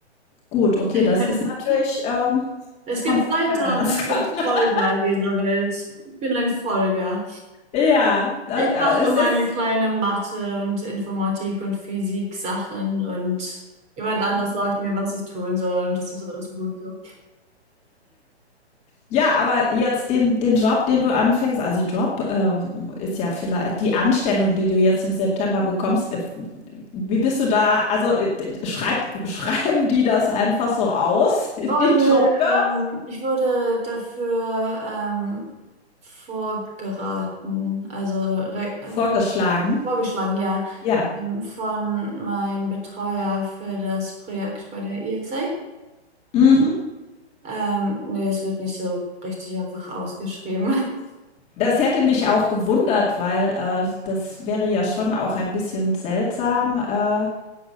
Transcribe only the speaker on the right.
<laughs>
Es
gibt
Leiter
und
es
gibt
Folger in dieser Welt. Ich bin ein Folger.
Ich
mache
meine
kleine Mathe und Informatik und Physik Sachen und jemand anders sagt mir, was ich tun soll und das ist alles gut so.
Oh
nö,
ähm, ich wurde dafür ähm, vorgeraten, also re
äh, vorgeschlagen, ja,
ähm, von meinem Betreuer für das Projekt bei der ESA.
Ähm, nee, es wird nicht so richtig einfach ausgeschrieben. <laughs>